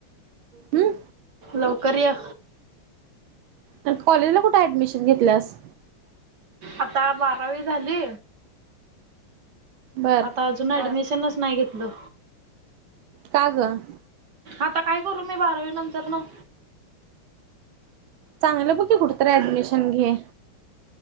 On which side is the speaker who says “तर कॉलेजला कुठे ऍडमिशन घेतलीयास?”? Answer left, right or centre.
Right